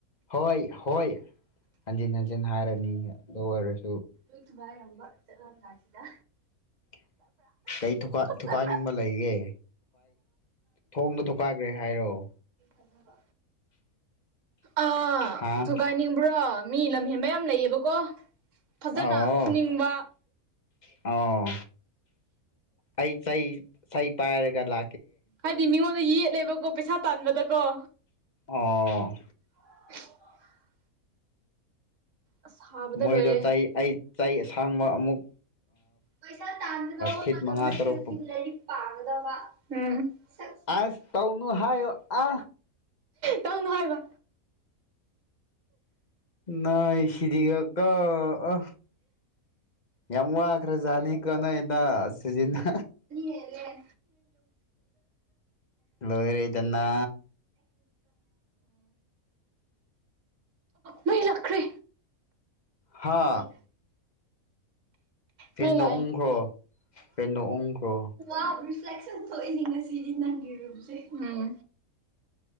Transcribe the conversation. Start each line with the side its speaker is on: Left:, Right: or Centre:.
Left: ꯍꯣꯏ ꯍꯣꯏ ꯍꯟꯖꯤꯟ ꯍꯟꯖꯤꯟ ꯍꯥꯏꯔꯅꯤ ꯑꯗꯨ ꯑꯣꯏꯔꯁꯤ
Right: ꯌꯠ ꯏꯌꯥꯝꯝꯕ ꯆꯠ ꯂꯁꯤꯗ
Left: <unintelligible> ꯀꯩ
Right: ꯐꯖꯕ꯭ꯔꯥ
Left: ꯊꯨꯀꯥꯏꯅꯤꯡꯕ ꯂꯩꯒꯦꯥꯏ ꯊꯣꯡꯗ ꯊꯨꯀꯥꯏꯈ꯭ꯔꯦ ꯍꯥꯏꯔꯣ <unintelligible>
Right: ꯑꯗꯨ ꯑꯥ
Left: ꯍꯥ
Right: ꯊꯨꯒꯥꯏꯅꯤꯡꯕ꯭ꯔꯣ ꯃꯤ ꯂꯝꯍꯦꯟꯕ ꯌꯥꯝ ꯂꯩꯌꯦꯕꯀꯣ ꯐꯖꯅ
Left: ꯑꯣ
Right: ꯐꯨꯅꯤꯡꯕ
Left: ꯑꯣ ꯑꯩ ꯁꯩ ꯁꯍꯤ ꯄꯥꯔꯔꯦꯒ ꯂ
Right: ꯍꯥꯏꯗꯤ ꯃꯤꯉꯣꯟꯗ ꯌꯦꯠꯂꯦꯕꯀꯣ ꯄꯩꯁꯥ ꯇꯥꯟꯕꯗꯀꯣ
Left: ꯑꯣ꯫
Right: <unintelligible> ꯑꯁ ꯁꯥꯕꯗ
Left: ꯃꯣꯏꯗ
Right: ꯂꯣꯏꯔꯦ
Left: ꯇꯥꯏ ꯑꯩ ꯇꯥꯏ ꯑꯁꯥꯡꯕ ꯑꯃꯨꯛ
Right: ꯄꯩꯁꯥ ꯇꯥꯟꯒꯗꯧꯕ
Left: ꯐꯤꯠ
Right: ꯃꯇꯝꯗ
Left: ꯃꯉꯥ ꯇꯔꯨꯛ
Right: ꯇꯦꯟꯁꯤꯜꯂꯔꯤ ꯄꯥꯒꯗꯕ꯫ ꯁꯛꯁꯤꯒ
Left: ꯑꯁ ꯇꯧꯅꯨ ꯍꯥꯏꯌꫭ ꯑ꯫
Right: ꯇꯩꯅꫭ ꯍꯥꯏꯕ꯫
Left: ꯅꯣꯏ ꯁꯤꯗꯤꯒꯀꯣ ꯑ ꯌꯥꯝ ꯋꯥꯈ꯭ꯔꯖꯥꯅꯤ ꯀꫭ ꯅꫭꯏꯗꫭ ꯁꯤꯖꯤꯟꯅ꯫
Right: <unintelligible> <unintelligible> ꯑꫭ
Left: ꯂꯣꯏꯔꯦꯗꯅ
Right: ꯃꯩ ꯂꯥꯛꯈ꯭ꯔꯦ꯫
Left: ꯍꯥ
Right: ꯑꯩ
Left: ꯐꯦꯟꯗꯣ
Right: ꯃ ꯂꯥꯛ
Left: ꯎꯪꯈ꯭ꯔꯣ ꯐꯦꯟꯗꯣ ꯎꯪꯈ꯭ꯔꯣ
Right: ꯑꯦ ꯐꯦꯛꯁꯟ ꯊꯣꯛꯏꯅꯦ ꯉꯁꯤꯗꯤ ꯅꯪꯒꯤ ꯔꯨꯞꯁꯦ ꯎꯝ